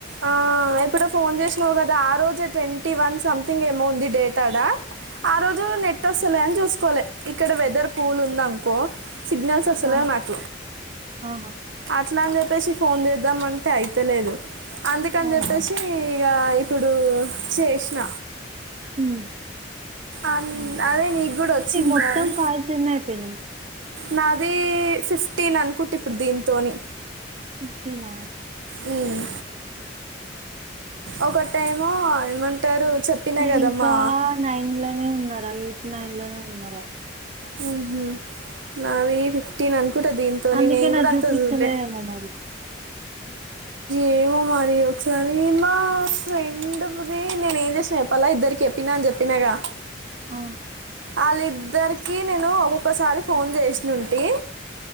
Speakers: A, on the right (about 85°); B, on the right (about 35°).
A: ఆ ఎప్ ఇప్పుడె ఫోన్ చేసినావు కదా! ఆ రోజె ట్వంటీ వన్ సంథింగ్ ఏమో ఉంది! డేట్ ఆడ. ఆ రోజు నెట్ వస్తలే అని చూసుకోలె. ఇక్కడ వెదర్ కూల్ ఉందనుకో సిగ్నల్స్ వస్తలేవు
B: ఆ
A: నాక్
B: ఆ
A: అట్లా అని చెప్పేసి, ఫోన్ చేద్దాంమంటే అయితలేదు. అందుకని
B: అవునా
A: చెప్పేసి, ఇగ ఇప్పుడు చేసిన.
B: మ్
A: అం అదే నీకు కూడా వచ్చిందా
B: మొత్తం
A: అని?
B: కాల్స్ ఎన్ని అయిపోయినాయి
A: నాది ఫిఫ్టీన్ అనుకుంటే ఇప్పుడు దీంతోని
B: ఫిఫ్టీన్ ఆ
A: మ్మ్ ఒకటేమో ఏమంటారు చెప్పినా
B: నేన్
A: కదా
B: ఇంకా
A: మా
B: నైన్ లోనే ఉన్నారా. ఎయిట్ నైన్ లోనె ఉన్నారా.
A: మ్మ్ హు నావి ఫిఫ్టీన్ అనుక్ ట దీంతోని.
B: అందుకే
A: నేన్
B: నాకు
A: కూడా అంత
B: చూపిస్తలేదేమో
A: చూడ్లే.
B: మరి
A: ఏమో మరి. ఒకసారి, మా ఫ్రెండ్ ది నేను ఏం చేసిన చెప్పల్లా ఇద్ ఇద్దరికి చెప్పినా అని చెప్పినాగా!
B: ఆ
A: ఆళ్ళిద్దరికీ నేను ఒక్కొక్కసారి ఫోన్ చేసినుంటి.